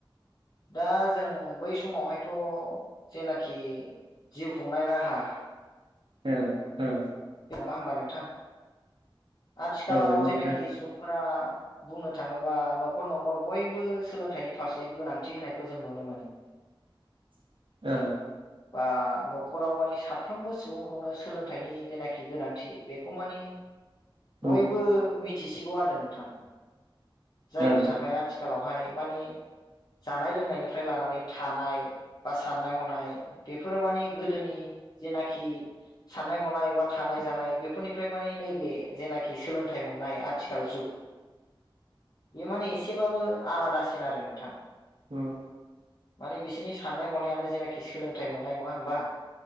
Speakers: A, on the left (about 50°); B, on the right (about 70°).
A: दा जों बै समावहायथ जेनाखि जिउ खुंनाय राहा
B: औ औ।
A: नङा होमबा नोंथां आथिखालाव
B: औ नंगौ
A: जेनाखि
B: नोंथां
A: सुबुंफोरा बुंनो थाङोबा न'खर न'खर बयबो सोलोंथाइनि फारसे गोनांथि होनायखौ जों नुनो मोनो।
B: <inaudible> औ
A: बा न'खराव मानि साफ्रोमबो सुबुंखौनो सोलोंथाइनि जेनाखि गोनांथि बेखौ मानि
B: उम
A: बयबो मिथिसिगौ आरो नोंथां। जायनि
B: औ
A: थाखाय आथिखालावहाय माने जानाय लोंनायनिफ्राय लानानै थानाय बा साननाय हनाय बेफोर बेफोराव माने गोदोनि जेनाखि साननाय हनाय बा थानाय जानाय बेफोरनिफ्राय मानि नैबे जेनाखि सोलोंथाइ मोननाय आथिखाल जुग बे माने एसेबाबो आलादासिन आरो नोंथां।
B: उम
A: माने बिसोरनि साननाय हनायानो जेनाखि सोलोंथाइ मोननाय नङा होमबा?